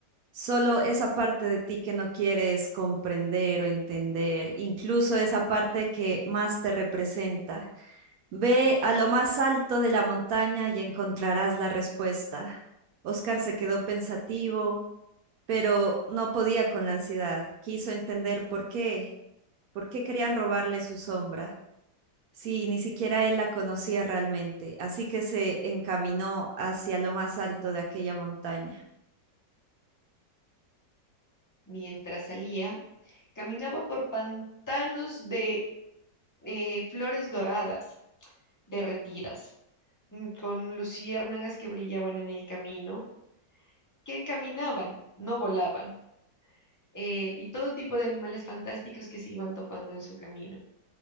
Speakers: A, on the right; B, on the left.
A: Solo esa parte de ti que no quieres comprender o entender, incluso esa parte que más te representa. Ve a lo más alto de la montaña y encontrarás la respuesta. Oscar se quedó pensativo, pero no podía con la ansiedad. Quiso entender por qué, por qué querían robarle su sombra, si ni siquiera él la conocía realmente. Así que se encaminó hacia lo más alto de aquella montaña.
B: Mientras salía, caminaba por pantanos de eh, flores doradas, derretidas, mm, con luciérnagas que brillaban en el camino, que caminaban, no volaban, eh, y todo tipo de animales fantásticos que se iban topando en su camino.